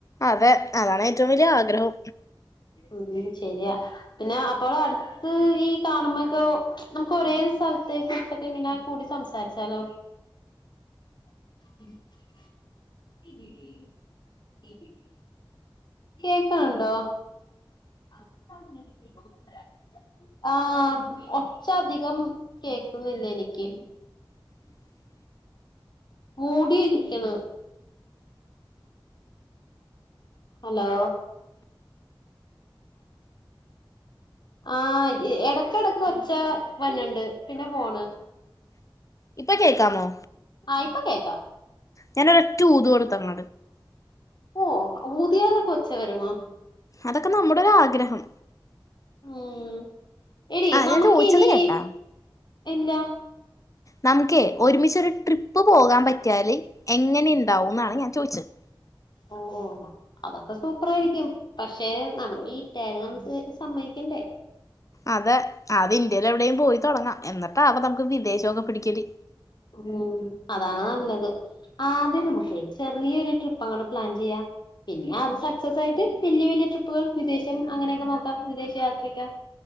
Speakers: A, on the left (about 40°); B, on the left (about 55°).
A: അതെ അതാണ് ഏറ്റവും വലിയ ആഗ്രഹം
B: ഉം ശരിയാ പിന്നെ അപ്പോള് അടുത്ത് ഈ കാണുമ്പോക്കെ നമുക്ക് ഒരേ സ്ഥലത്തെ കുറിച്ചൊക്കെ ഇങ്ങനെ കൂടി സംസാരിച്ചാലോ <inaudible> കേക്കാണണ്ടോ <inaudible> ആ ഒച്ചധികം കേക്കുന്നില്ല എനിക്ക്
A: <inaudible>
B: മൂടിയിരിക്കണ ഹലോ ആ ഇടക്കടക്ക് ഒച്ചാ വന്നണ്ട് പിന്നെ പോണ്
A: ഇപ്പൊ കേക്കാമോ
B: ആയിപ്പൊ കേൾക്കാം
A: ഞാനൊരറ്റ ഊത് കൊടുത്ത അങ്ങട്
B: ഓ ഊതിയാലൊക്കെ ഒച്ച വരുമോ
A: അതൊക്കെ നമ്മുടെ ഒരു ആഗ്രഹം
B: ഉം എടി
A: ആ
B: നമുക്ക്
A: ഞാൻ ചോദിച്ചത്
B: ഇനി
A: കേട്ടാ
B: എല്ലാ
A: നമുക്കേ ഒരുമിച്ചരു ട്രിപ്പ് പോകാൻ പറ്റിയാല് എങ്ങനെുണ്ടാവും ന്നാണ് ഞാൻ ചോയിച്ചത്
B: ഓ ഓ അതൊക്കെ സൂപ്പറ ആയിരിക്കും പക്ഷെ നമ്മുടെ വീട്ടാര് നമ്മക്ക് സമ്മതിക്കണ്ടേ
A: അതെ ആദ്യം ഇന്ത്യയില് എവിടെലും പോയി തുടങ്ങാം എന്നിട്ടാ അപ്പൊ നമുക്ക് വിദേശക്കെ പിടിക്കല്
B: ഉം അതാണ് നല്ലത് ആദ്യം നമ്മക്കെ ചെറിയൊരു ട്രിപ്പ് അങ്ങട്ട് പ്ലാൻ ചെയ്യ പിന്നെ അ സക്സസ് ആയിട്ട് വല്യ വലിയ ട്രിപ്പുകൾ വിദേശം അങ്ങനെയൊക്കെ നോക്കാം വിദേശ യാത്രക്കെ